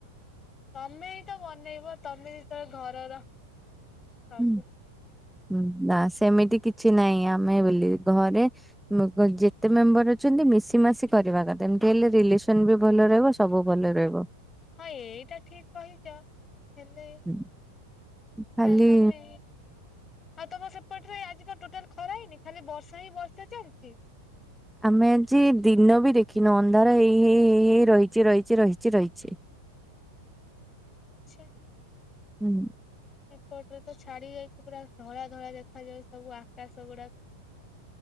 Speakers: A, on the left; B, in the centre.
A: ତମେ ହିଁ ତ ବନେଇବ ତମେ ଯେତେଳେ ଘରର ସବୁ
B: ହୁଁଁ ନା ସେମିତି କିଛି ନାହିଁ ଆମେ ବୋଲି ଘରେ ଯେତେ ମେମ୍ବର ଅଛନ୍ତି ମିଶି ମାସି କରିବା କଥା ଏମତି ହେଲେ ରିଲେସନ ବି ଭଲ ରହିବ। ସବୁ ଭଲ ରହିବ।
A: ହଁ ଏଇଟା ଠିକ କହିଛ। ହେଲେ
B: <inaudible> ଖାଲି
A: ହ ତମେ ଆଉ ତମ ସେପଟରେ ଆଜି କଣ ଟୋଟାଲ ଖରା ହେଇନି ଖାଲି ବର୍ଷା ହିଁ ବର୍ଷା ଚାଲିଛି?
B: ଆମେ ଆଜି ଦିନ ବି ଦେଖିନୁ ଅନ୍ଧାର ହେଇ ହେଇ ହେଇ ହେଇ ରହିଛି ରହିଛି ରହିଛି ରହିଛି।
A: ଆଛା।
B: ହୁଁ।
A: ଏପଟରେ ତ ଛାଡି ଯାଇଛି ପୁରା ଧଳା ଧଳା ଦେଖାଯାଉଚି ସବୁ ଆକାଶ ଗୁଡାକ।